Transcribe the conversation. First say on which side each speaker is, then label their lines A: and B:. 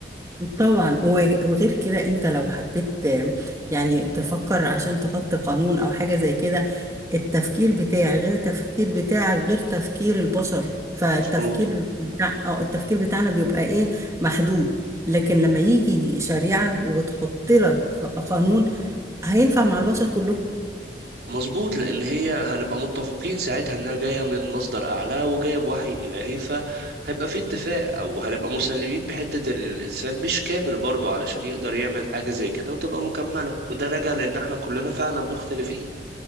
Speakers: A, on the right (about 20°); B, on the right (about 60°).
A: طبعا وغ- وغير كده انت لو حبيت آه، يعني تفكر عشان تحط قانون او حاجة زي كده التفكير بتاعي غير التفكير بتاعك غير تفكير البشر فالتفكير
B: مظبوط
A: بتاع اه التفكير بتاعنا بيبقى ايه محدود لكن لما يجي دي شريعة وتحط لك قانون هينفع مع البشر كلهم
B: مظبوط لان هي هنبقى متفقين ساعتها انها جايه من مصدر اعلى وجايه بوحي الهي فهيبقى في اتفاق او هنبقى مسلمين بحته ان الانسان مش كامل برضه علشان يقدر يعمل حاجه زي كده وتبقى مكمله وده راجع لان احنا كلنا فعلا مختلفين